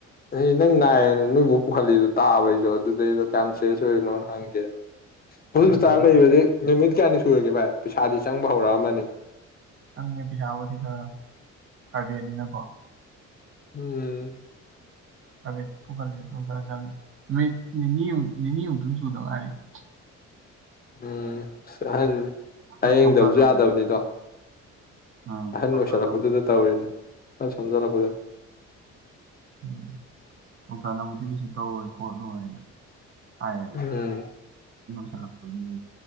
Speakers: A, on the left; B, on the right.
A: ꯍ ꯅꯪ ꯅꯥꯏꯑꯦ ꯅꯣꯏꯕꯨ ꯄꯨꯈꯠꯂꯤꯗꯣ ꯇꯥꯕꯩꯁꯨꯣ ꯑꯗꯨꯗꯩꯗꯣ ꯀꯌꯥꯝ ꯁꯦꯔꯁ ꯑꯣꯏꯔꯤꯣꯏꯅꯣ ꯍꯪꯒꯦꯅ ꯍꯧ
B: ꯎꯝ
A: ꯆꯥꯕ ꯅꯨꯃꯤ ꯀꯌꯥꯅꯤ ꯁꯨꯔꯒꯦ ꯚꯥꯏ ꯄꯩꯁꯥꯗꯤ ꯆꯪꯕ ꯍꯧꯔꯛꯑꯃꯅꯤ
B: ꯆꯪꯉꯦ ꯄꯩꯁꯥꯕꯨꯗꯤ ꯈꯔ ꯄ꯭ꯔꯥꯏꯚꯦꯠꯅꯤꯅꯀꯣ
A: ꯎꯝ
B: ꯍꯥꯏꯐꯦꯠꯇ ꯄꯨꯈꯠꯂꯦ ꯑꯗꯨꯝ ꯈꯔ ꯆꯪꯉꯤ ꯅꯨ ꯅꯤꯅꯤꯨꯛ ꯅꯤꯅꯤ ꯑꯨꯛꯇꯨ ꯁꯨꯗ ꯉꯥꯏꯔꯤꯗ
A: ꯎꯝ ꯍ
B: ꯑꯗꯣ
A: ꯍꯌꯦꯡꯗꯕꯁꯨ
B: ꯗꯣꯛꯇꯔꯅꯕꯨꯗꯤ
A: ꯌꯥꯗꯕꯅꯤꯗꯣꯅꯤ
B: ꯑꯥ
A: ꯑꯍꯟ ꯑꯣꯏꯣꯏꯁꯤꯜꯂꯛꯄꯗꯨꯗ
B: ꯗꯣꯛꯇꯔꯅꯕꯨꯗꯤ
A: ꯇꯧꯔꯤꯅꯦ ꯁ ꯁꯣꯟꯖꯜꯂꯛꯄ ꯄꯨꯂ
B: ꯎꯝ ꯗꯣꯛꯇꯔꯅꯕꯨꯗꯤ ꯀꯩꯁꯨ ꯇꯧꯔꯣꯏ ꯈꯣꯠꯂꯣꯏꯅ ꯍꯥꯏꯕ
A: ꯎꯝ
B: ꯆꯂꯄꯒꯤ